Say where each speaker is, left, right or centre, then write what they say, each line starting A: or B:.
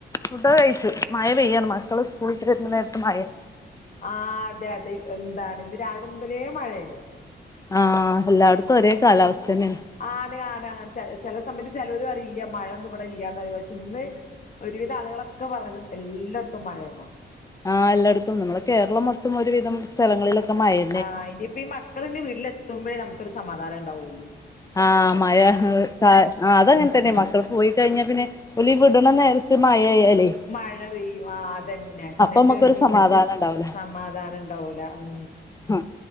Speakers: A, on the left; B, on the left.
A: ഫുഡോകെ കഴിച്ചു മഴ പെയ്യാണ് മക്കള് സ്കൂൾട്ട് വരുന്ന നേരത്ത് മയെ..
B: ആ അതെ അതെ മ്ന്താണ് ഇന്ന് രാവിലെ മുതലേ മഴണ്..
A: ആഹ എല്ലാടത്തും ഒരേ കാലാവസ്ഥ തന്നെണ്..
B: ആണ്. ആണ്. അങ്ങനെ ചെ ചെല സമയത്ത് ചെലോരറയും ഇല്ല്യ മഴൊന്നും ഇവിടെ ഇല്ല്യന്ന് റിയും പഷെ ഇന്ന്.. ഒരുവിധം ആളുകളൊക്കെ പറണത് എല്ലാടത്തും മഴേന്നാ.
A: ആഹ് എല്ലടത്തുണ്ട് നമ്മെളെ കേരളം മൊത്തം ഒരുവിധം.. പലസ്ഥലങ്ങളിലൊക്കെ മയെ..
B: ആ് ഇനിയിപ്പ ഈ മക്കളിനി വീട്ടിൽ എത്തുമ്പോഴേ നമുക്കൊരു സമാധാനം ഉണ്ടാവുള്ളു..
A: ആഹ് മയ ഹ് കാ അതങ്ങന് തന്നെ മക്കൾക്ക് പോയി കഴിഞ്ഞ പിന്നെ ഒലിവിട്ണ നേരത്ത് മഴയല്ലേ..
B: മഴ പെയ്യും അതന്നെ ന്നിട്ട്
A: നമ്മക്കൊരു
B: ഞ്ഞിപ്പോ
A: സമാധാനം ഉണ്ടാവൂല
B: സമാധാനം ഇണ്ടാവൂല ഉം
A: ആ